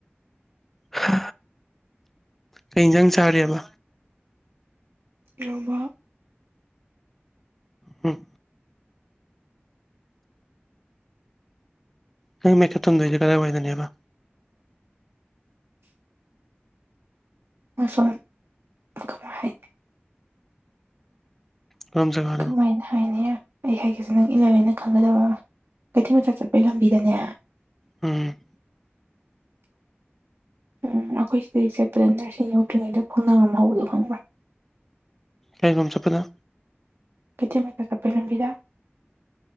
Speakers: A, in the centre; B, on the right.
A: ꯍ ꯀꯩ ꯌꯦꯟꯁꯥꯡ ꯆꯥꯔꯤꯕ
B: ꯏꯔꯣꯝꯕ
A: ꯎꯝ ꯅꯪ ꯃꯩꯊꯠ ꯊꯝꯗꯣꯏꯁꯦ ꯀꯗꯥꯏꯋꯥꯏꯗꯅꯕ
B: ꯑꯁꯣꯝ ꯀꯃꯥꯏ ꯍꯥꯏ
A: ꯀꯔꯝ ꯖꯒꯥꯗꯅꯣ
B: ꯀꯃꯥꯏꯅ ꯍꯥꯏꯅꯤ ꯑꯩ ꯍꯥꯏꯒꯦꯁꯦ ꯅꯪ ꯏꯜꯂꯂꯦꯅ ꯈꯪꯒꯗꯕ ꯀꯩꯊꯦꯜ ꯃꯆꯥ ꯆꯠꯄꯒꯤ ꯂꯝꯕꯤꯗꯅꯦ
A: ꯎꯝ
B: ꯎꯝ ꯑꯩꯈꯣꯏ ꯁꯤꯗꯒꯤꯩ ꯆꯠꯄꯗ ꯅꯔꯁꯤꯡ ꯌꯧꯗ꯭ꯔꯤꯉꯩꯗ ꯈꯨꯡꯒꯪ ꯑꯃ ꯍꯧꯕꯗꯣ ꯈꯪꯕ꯭ꯔꯥ
A: ꯀꯥꯏꯒꯨꯝ ꯆꯠꯄꯗ
B: ꯀꯆ ꯃꯠꯇ ꯁ ꯂꯝꯕꯤꯗꯥ